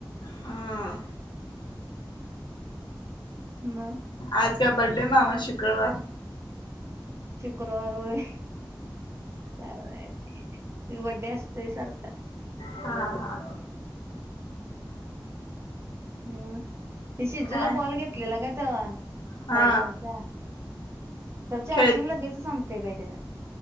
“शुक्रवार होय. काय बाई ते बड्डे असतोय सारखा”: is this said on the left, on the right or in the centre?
Right